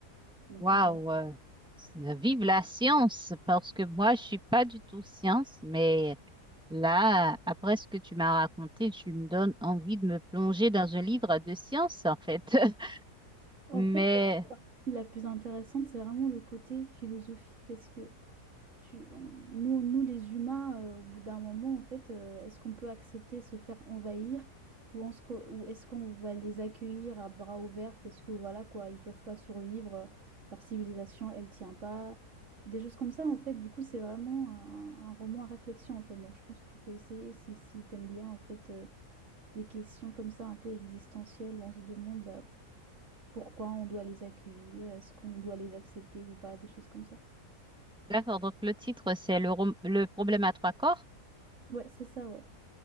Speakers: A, on the right; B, in the centre.
A: Donc
B: Waouh,
A: euh, voilà.
B: euh, vive la science, parce que moi, je suis pas du tout science, mais là, après ce que tu m'as raconté, tu me donnes envie de me plonger dans un livre de science, en fait. <laughs>
A: En
B: Mais
A: fait, euh, ce qui est la plus intéressante, c'est vraiment le côté philosophique parce que Tu, on- nous, nous, les humains, euh, au bout d'un moment, en fait, euh, est-ce qu'on peut accepter se faire envahir ou, en ce qu'on- ou est-ce qu'on va les accueillir à bras ouverts parce que voilà quoi, ils peuvent pas survivre, euh, leur civilisation, elle tient pas, des choses comme ça en fait. Du coup, c'est vraiment un, un roman à réflexion en fait. Donc, je pense que tu peux essayer si, si t'aimes bien en fait euh, des questions comme ça un peu existentielles où on se demande bah, pourquoi on doit les accueillir, est-ce qu'on doit les accepter ou pas, des choses comme ça.
B: d'accord, donc le titre, c'est le, rom- le problème à trois corps.
A: Ouais, c'est ça, ouais.